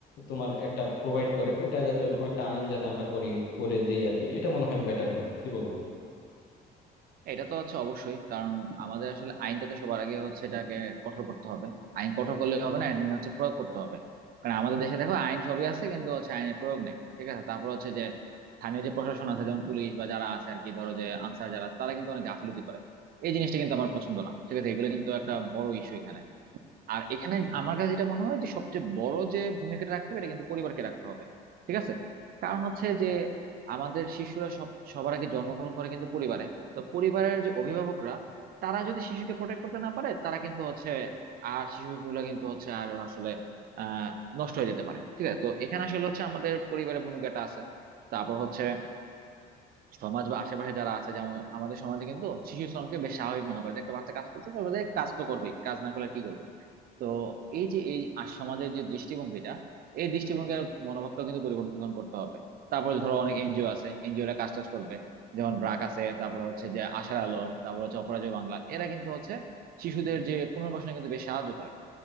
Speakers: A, on the left (about 75°); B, on the right (about 60°).
A: তোমার একটা প্রোভাইড করে ওটা যাতে ওরকম একটা আইন যাতে আমরা করি করে দেই আর কি এটা মনে হয় বেটার হয় কি বলো
B: এটা তো হচ্ছে অবশ্যই কারণ আমাদের আসলে আইনটা তো সবার আগে হচ্ছে এটাকে কঠোর করতে হবে আইন কঠোর করলে হবে না আইন হচ্ছে প্রয়োগ করতে হবে কারণ আমাদের দেশে দেখো আইন সবই আছে কিন্তু হচ্ছে আইনের প্রয়োগ নাই ঠিক আছে তারপর হচ্ছে যে স্থানীয় যে প্রশাসন আছে যেমন পুলিশ বা যারা আছে আর কি ধরো যে আনসার যারা তারা কিন্তু অনেক গাফিলতি করে এই জিনিসটা কিন্তু আমার পছন্দ না ঠিক আছে এগুলো কিন্তু একটা বড় ইস্যু এখানে আর এখানে আমার কাছে যেটা মনে হয় যে সবচেয়ে বড় যে ভূমিকাটা রাখতে হবে এটা কিন্তু পরিবারকে রাখতে হবে ঠিক আছে কারণ হচ্ছে যে আমাদের শিশুরা সব সবার আগে জন্মগ্রহণ করে কিন্তু পরিবারে তো পরিবারের যে অভিভাবকরা তারা যদি শিশুকে প্রোটেক্ট করতে না পারে তারা কিন্তু হচ্ছে আর শিশুগুলো কিন্তু হচ্ছে আর আসলে আহ নষ্ট হয়ে যেতে পারে ঠিক আছে তো এখানে আসলে হচ্ছে আমাদের পরিবারের ভূমিকাটা আছে তারপর হচ্ছে সমাজ বা আশেপাশে যারা আছে যেমন আমাদের সমাজে কিন্তু শিশু শ্রমকে বেশ স্বাভাবিক মনে করে যে একটা বাচ্চা কাজ করতেছে বলে, কাজ তো করবেই কাজ না করলে আর কি করবে তো এই যে এই আ- সমাজের যে দৃষ্টিভঙ্গিটা এই দৃষ্টিভঙ্গির মনোভাবটা কিন্তু পরিবর্তন করতে হবে তারপর ধরো অনেক এনজিও আছে এনজিওরা কাজ টাজ করবে যেমন ব্রাক আছে তারপর হচ্ছে যে আশার আলো তারপর হচ্ছে অপরাজেয় বাংলা এরা কিন্তু হচ্ছে শিশুদের যে পুনর্বাসনে কিন্তু বেশ সাহায্য করে